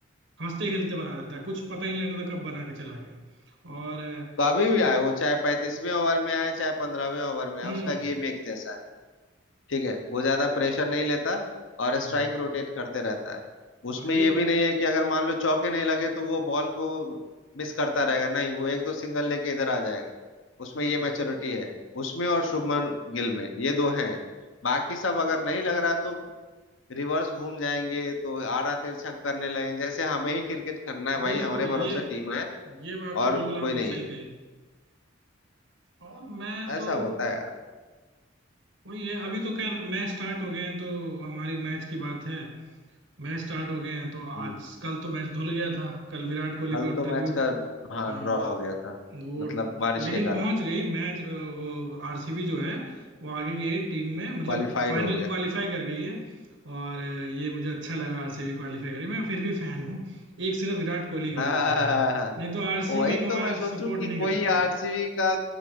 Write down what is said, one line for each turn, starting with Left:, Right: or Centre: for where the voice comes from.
Right: हंसते खेलते बना देता है कुछ पता ही नहीं लगता था कब बना के चला गया और अ,
Left: तो अभी
Right: सुम
Left: भी आए वो चाहे पैंतीसवें ओवर में आए चाहे पंद्रहवें ओवर में
Right: हम्म
Left: आए उसका गेम एक जैसा है ठीक है वो ज्यादा प्रेशर नहीं लेता और
Right: हम्म,
Left: स्ट्राइक रोटेट करते रहता है उसमें
Right: हाँ ये
Left: ये भी नहीं है कि अगर मान लो चौके नहीं लगे तो वो बॉल को मिस करता रहेगा नहीं वो एक दो सिंगल लेके इधर आ जाएगा उसमें
Right: बिल्कुल
Left: ये मैच्योरिटी है उसमें और शुभमन गिल में ये दो हैं बाकी सब अगर नहीं लग रहा तो रिवर्स घूम जाएंगे तो आड़ा तिरछा करने लगेंगे जैसे हमें ही क्रिकेट करना है भाई
Right: बिल्कुल
Left: हमारे भरोसे
Right: ये
Left: टीम है
Right: ये बात तो
Left: और
Right: बिल्कुल
Left: कोई
Right: आपने
Left: नहीं
Right: सही
Left: है
Right: कही और मैं
Left: ऐसा
Right: तो
Left: होता है यार
Right: वही है अभी तो खैर मैच स्टार्ट हो गए हैं तो हमारी मैच की बात है मैच स्टार्ट हो गए हैं तो
Left: हम्म,
Right: आज कल तो मैच धुल गया था कल विराट कोहली
Left: कल
Right: को
Left: तो
Right: ट्रिब्यूट
Left: मैच का हाँ
Right: हाँ
Left: ड्रॉ हो गया था
Right: वो
Left: मतलब बारिश
Right: लेकिन
Left: के कारण
Right: पहुंच गई मैच अ, वो आरसीबी जो है वो आगे की टीम में मतलब
Left: क्वालिफाइड
Right: फाइनल
Left: हो गया
Right: क्वालिफाई कर गई है और अ, ये मुझे अच्छा लगा आरसीबी क्वालिफाई करी मैं फिर भी फैन हूँ एक सिर्फ विराट कोहली
Left: <laughs>
Right: की वजह
Left: हाँ
Right: से फैन हूँ नहीं तो आरसीबी
Left: वही
Right: को
Left: तो
Right: मैं
Left: मैं सोचूं
Right: सपोर्ट
Left: कि
Right: नहीं
Left: कोई
Right: कर सकता
Left: आरसीबी का